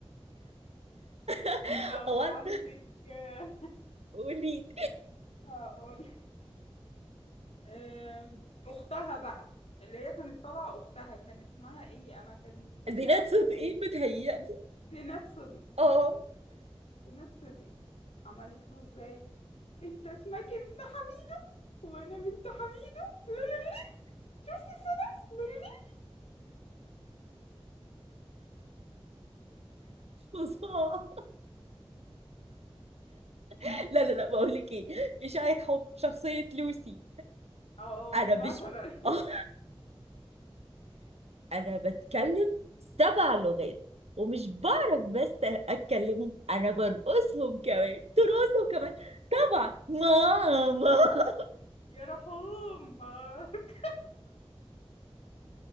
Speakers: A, on the right (about 90°); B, on the left (about 90°).
A: <laughs>
B: طب
A: هو
B: عندك
A: أنا-
B: آه،
A: <laughs> قولي
B: <laughs> هقول آم، اختها بقى اللي هي كانت طالعه اختها كان اسمها ايه انا كان اسمي
A: زينات
B: لسه
A: صدقي
B: في بالي
A: بتهيألي
B: زينات صدقي
A: اه
B: زينات صدقي عملت له ازاي انت اسمك ابن حميد وانا بنت حميدو لولولي شفت الصدف لولولي
A: <laughs> فظاع لا لا لا بقول لك ايه إشاعة حب شخصية لوسي
B: اه
A: انا مش
B: مثلا
A: <laughs>
B: <laughs>
A: اه انا بتكلم سبع لغات ومش بعرف بس اتكلمهم انا برقصهم كمان ترقصهم كمان طبعا ماما
B: يا رحوم <laughs>